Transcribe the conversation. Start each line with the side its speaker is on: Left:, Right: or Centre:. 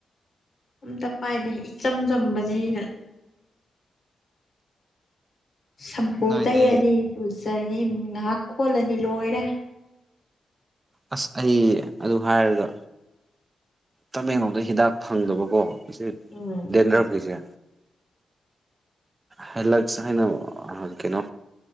Left: ꯑꯝꯇ ꯄꯥꯏꯗꯦ ꯏꯆꯝ ꯆꯝꯕꯅꯤꯅ ꯁꯝꯄꯨ
Right: ꯅꯣꯏꯗꯤ
Left: ꯇꯩꯔꯅꯤ ꯂꯨꯖꯔꯅꯤ ꯑꯗꯩꯩ ꯉꯥꯏꯍꯥꯛ ꯈꯣꯠꯂꯅꯤ ꯂꯣꯏꯔꯦ
Right: ꯑꯁ ꯑꯩ ꯑꯗꯨ ꯍꯥꯏꯔꯒ ꯇꯥꯃꯦꯡꯂꯣꯡꯗ ꯍꯤꯗꯥꯛ ꯐꯪꯗꯕꯀꯣ ꯏꯆꯦ
Left: ꯎꯝ
Right: ꯗꯦꯟꯗ꯭ꯔꯞ ꯀꯤꯁꯦ ꯍꯂꯛꯁ ꯍꯥꯏꯅ ꯀꯩꯅꯣ